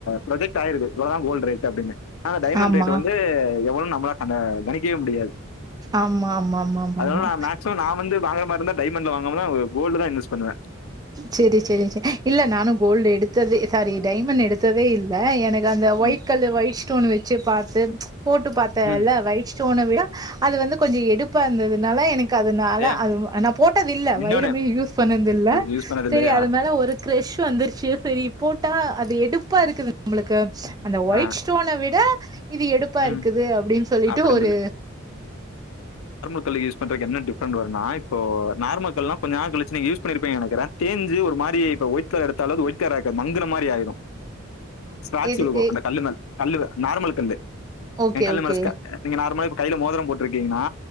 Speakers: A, on the left; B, on the right.
A: ப்ரொஜெக்ட் ஆயிருக்கு இவ்ளோ தா கோல்டு ரேட்டு அப்டின்னு ஆன டைமண்ட்
B: ஆமா
A: ரேட் வந்து நம்மளால அந்த கணிக்கவே முடியாது
B: ஆமா ஆமா ஆமா ஆமா
A: அதனால
B: ஆமா
A: நா மேக்சிமம் நா வந்து வாங்குற மாரி இருந்தா டைமண்ட் வாங்கமா கோல்டு தா இன்வஸ் பண்ணுவேன்
B: செரி செரி இல்ல நானும் கோல்டு எடுத்ததே சாரி டைமண்ட் எடுத்ததே இல்ல எனக்கு அந்த ஒய்ட்
A: ம்
B: கல்லு ஒய்ட் ஸ்டோன் வச் செரி பாத்து போட்டு பாத்தேன்ல
A: ம்
B: ஒயிட் ஸ்டோனை விட அது வந்து கொஞ்சம் எடுப்பா இருந்ததுனால எனக் அதனால
A: ஏன்
B: அது நா போட்டது இல்ல
A: இன்னொன்னு
B: வைரமே யூஸ் பண்ணது இல்ல
A: யூஸ் பண்ணது
B: செரி
A: இல்லையா
B: அது மேல ஒரு கிரெஷ் வந்துருச்சு செரி போட்டா அது எடுப்பா இருக்குது நம்மளுக்கு அந்த ஒயிட்
A: ஆ
B: ஸ்டோனை விட இது எடுப்பா
A: ம்
B: இருக்குது அப்டின்னு சொல்லிட்டு
A: அப்டின்னு
B: ஒரு
A: ட் கல்லு யூஸ் பண்றதுக்கு என்ன டிப்ரண்ட்டு வரும்னா இப்போ நார்மல் கல்லாம் கொஞ்ச நாள் கழிச்சு நீங்க யூஸ் பண்ணிருப்பங்க நினைக்கிரேன் தேஞ்ஜி ஒரு மாரி இப்ப ஒயிட் எடுத்தாலும் ஒயிட் கலரா இருக்காது மங்குன மாரி ஆகும் ஸ்கிராச்
B: எதுக்கு
A: விழுகும் அந்த கல்லுல கல்லுல நார்மல் கல்லு
B: ஓகே
A: ஏ கல்
B: ஓகே
A: மேல ஸ்கி நார்மலா கையில மோதிரம் போட்டிருக்கீங்கன்னா